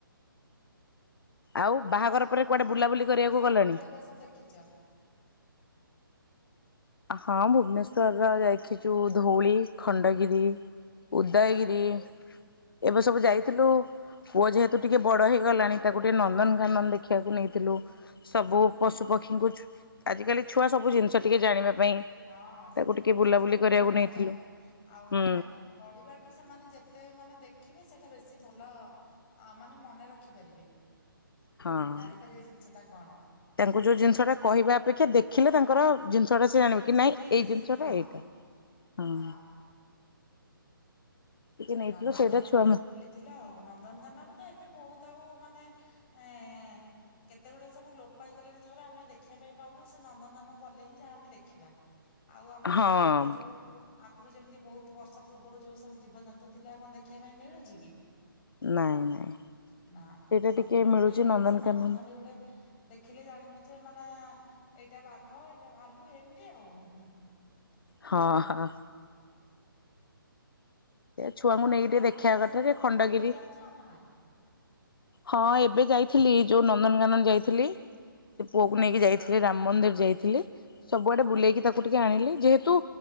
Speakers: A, on the left; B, on the left.
A: ଆଉ ବାହାଘର
B: ଆଉ
A: ପରେ କୁଆଡେ
B: ତମେ
A: ବୁଲାବୁଲି
B: କଣ ଭୁବନେଶ୍ଵର
A: କରିବାକୁ ଗଲେଣି?
B: କୋଉ ଜାଗା ସବୁ ଦେଖିଛ?
A: ହଁ ଭୁବନେଶ୍ଵର ଯା ଦେଖିଛୁ ଧଉଳି, ଖଣ୍ଡଗିରି। ଉଦୟଗିରି ଏବେ ସବୁ ଯାଇଥିଲୁ। ପୁଅ ଯେହେତୁ ଟିକେ ବଡ ହେଇଗଲାଣି ତାକୁ ଟିକେ ନନ୍ଦନକାନନ ଦେଖିବାକୁ ନେଇଥିଲୁ ସବୁ ପଶୁ ପ ପକ୍ଷୀଙ୍କୁ ଛୁ ଆଜି କାଲି ଛୁଆ ସବୁ ଜିନିଷ ଟିକେ ଜାଣିବା ପାଇଁ
B: ହଁ ସବୁ
A: ତାକୁ ଟିକେ
B: ଜିନିଷ
A: ବୁଲାବୁଲି
B: ଛୁଆ ଜାଣିବା
A: କରିବାକୁ
B: ଦରକାର
A: ନେଇଥିଲୁ
B: ଆଉ
A: ହୁଁ
B: ମାନେ ପଢିବାଠୁ ସେମାନେ ଯେତେ ମାନେ ଦେଖିବେ ସେଇଟା ବେଶୀ ଭଲ ଅଁ ମାନେ ମନେ ରଖି ପାରିବେ।
A: ହଁ
B: ଜାଣିପାରିବେ ଜିନିଷ ଟା କ
A: ତାଙ୍କୁ ଯୋଉ ଜିନିଷ ଟା କହିବା ଅପେକ୍ଷା ଦେଖିଲେ ତାଙ୍କର ଜିନିଷ ଟା ସେ
B: ଦେଖିଲେ
A: ଜାଣିବ କି
B: ସେଟା
A: ନାଇଁ
B: ଟିକେ
A: ଏଇ
B: ବେଶୀ
A: ଜିନିଷଟା
B: ହଁ
A: ଏଇଟା ହଁ।
B: ହଁ
A: ଟିକେ ନେଇଥିଲୁ
B: ନନ୍ଦନକାନନ
A: ସେଇଟା ଛୁଆ
B: ତାହେଲେ ବୁଲିଥିଲ ଆଉ ନନ୍ଦନକାନନରେ ତ ଏବେ ବହୁତ ଆଉ। ମାନେ ଏଁ କେତେ ଗୁଡେ ସବୁ ଲୋପ ପାଇଗଲାଣି ଯୋଉଗୁରା ଆମେ ଦେଖିବା ପାଇଁଁ ପାଉନେ ସେ ନନ୍ଦନକାନନକୁ ଗଲେ ହିଁ ଯାହା ଆମେ ଦେଖିବା। ଆଉ ଆମ
A: ହଁ
B: ଚାରି ପାଖରେ ଯୋଉ ଆଗରୁ ଯେମିତି ବହୁତୁ ବର୍ଷ ପୂର୍ବରୁ ଯୋଉ ସବୁ ଜୀବଜନ୍ତୁ ଥିଲା ଆଉ କଣ ଦେଖିବା ପାଇଁ ମିଳୁଛି କି?
A: ନାଇଁ ନାଇଁ।
B: ନା
A: ସେଇଟା
B: ସବୁ
A: ଟିକେ
B: ଲୋପ
A: ମିଳୁଛି
B: ପାଇଗଲାଣି
A: ନନ୍ଦନକାନନ
B: ସେମାନଙ୍କୁ ଖାଲି ଗୋଟେ ଦେଖିଲେ ଜାଣିବି ଯେ ଏ ନା ଏଇଟା ବାଘ ଏଇଟା ଭାଲୁ ଏମିତି ଆଉ
A: ହଁ ହଁ ସିଏ ଛୁଆଙ୍କୁ ନେଇକି
B: ଆଉ
A: ଟିକେ ଦେଖେଇବା
B: ଭୁବନେଶ୍ଵର
A: କଥା
B: ରାମ
A: ସେ ଖଣ୍ଡଗିରି
B: ମନ୍ଦିର କେବେ ଯାଇଛ ନା ନାଇଁ?
A: ହଁ ଏବେ ଯାଇ। ଥିଲି ଯୋଉ ନନ୍ଦନକାନନ ଯାଇଥିଲି ସେ ପୁଅକୁ ନେଇକି ଯାଇଥିଲି
B: ହଁ
A: ରାମ୍ ମନ୍ଦିର ଯାଇଥିଲି। ସବୁଆଡେ ବୁଲେଇକି ତାକୁ ଟିକେ ଆଣିଲି ଯେହେତୁ